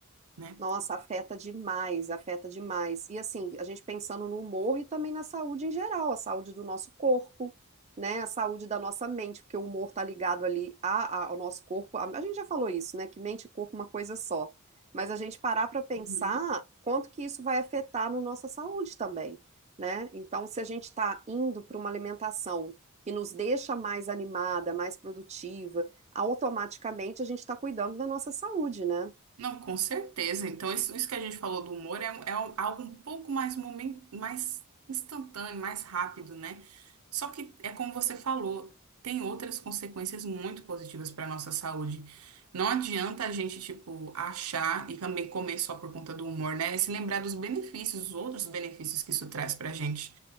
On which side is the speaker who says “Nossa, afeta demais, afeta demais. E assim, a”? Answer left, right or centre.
Right